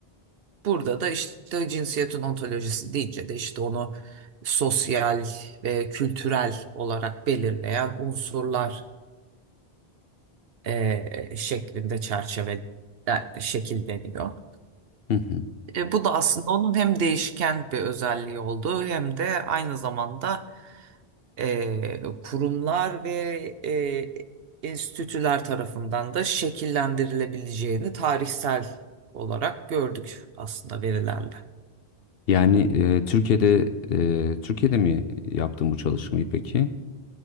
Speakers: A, on the right; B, on the left.
A: Burada da işte cinsiyetin ontolojisi deyince de işte onu sosyal ve kültürel olarak belirleyen unsurlar e, şeklinde çerçeve e, şekilleniyor.
B: hı hı.
A: E, bu da aslında onun hem değişken bir özelliği olduğu hem de aynı zamanda e, kurumlar ve e, enstitüler tarafından da şekillendirilebileceğini tarihsel olarak gördük aslında verilerle.
B: Yani e, Türkiye'de e, Türkiye'de mi yaptın bu çalışmayı peki?